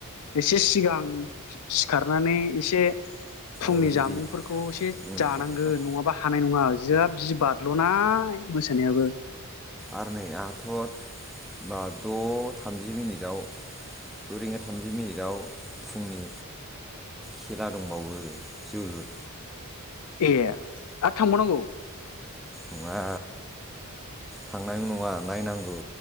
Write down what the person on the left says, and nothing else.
एसे सिगां सिखारनानै एसे फुंनि
जामुंफोरखौ एसे
जानांगोन
नङाबा हानाय नङा जाब जि बारल' नाय मोसानायाबो।
ए थांबावनांगौ